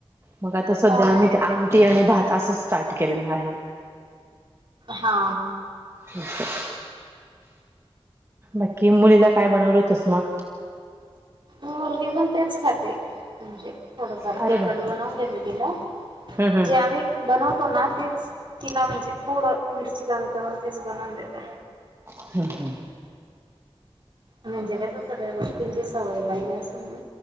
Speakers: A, on the right; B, on the right.
A: मग आता सध्या
B: हो ना.
A: आम्ही ते आमटी आणि भात असं स्टार्ट केलेलं आहे
B: हा
A: <inaudible> बाकी मुलीला काय बनवलं होतस मग
B: मुलगी पण तेच खाते म्हणजे थोडंफार
A: अरे
B: तिखट
A: बापरे!
B: बनवून देते तिला
A: हम्म हम्म
B: जे आम्ही बनवतो ना तेच तिला म्हणजे थोडं मिरची कमी करून तेच बनवून देते
A: हू हू
B: म्हणजे कस सगळ्या गोष्टींची सवय पाहिजे असून